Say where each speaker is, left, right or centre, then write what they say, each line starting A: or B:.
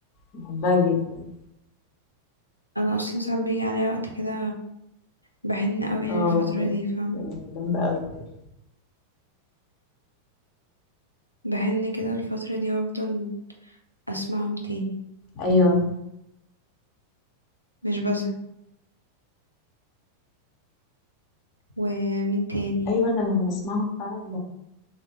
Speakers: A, on the left (about 35°); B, on the left (about 80°).
A: بحبها جدا
B: أنا أصلا ساعات بيجي عليا وقت كده بحن قوي
A: اه
B: للفترة
A: كانت
B: دي فاهم
A: جامدة أوي بجد
B: بحن كده الفترة دي وافضل اسمعهم تاني
A: أيوة
B: مش بزهق ومين تاني
A: أيوة أنا لما بسمعها فعلا